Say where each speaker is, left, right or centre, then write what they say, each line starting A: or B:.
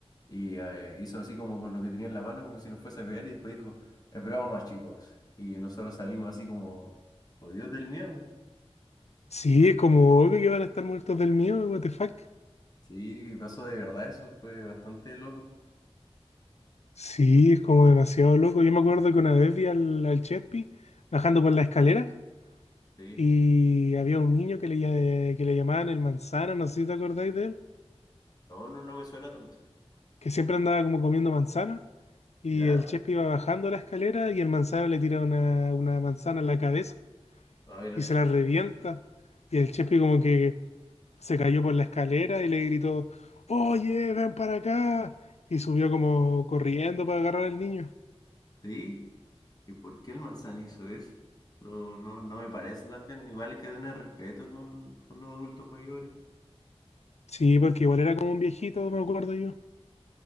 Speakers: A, on the left; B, on the left.
A: Y eh, hizo así como con lo que tenía en la mano, como si nos fuese a pegar, y después dijo, es broma, chicos. Y nosotros salimos así como, oh Dios del miedo.
B: Sí, es como obvio que van a estar muertos del mío, what the fuck.
A: Sí, pasó de verdad eso, fue bastante loco.
B: Sí, es como demasiado loco. Yo me acuerdo que una vez vi al, al Chespi bajando por la escalera
A: Sí.
B: y había un niño que le, lla- que le llamaban el manzana, no sé si te acordáis de él,
A: No, no, no me suena tanto.
B: que siempre andaba como comiendo manzana. Y
A: Ya,
B: el Chespi iba bajando la escalera y el manzana le tira una, una manzana en la cabeza
A: a ver.
B: y se la revienta. Y el Chespi como que se cayó por la escalera y le gritó, Oye, ven para acá. Y subió como corriendo para agarrar al niño.
A: Sí, ¿y por qué el manzana hizo eso? No, no, no me parece tan bien. Igual hay que tener respeto con, con los adultos mayores.
B: Sí, porque igual era como un viejito, me acuerdo yo.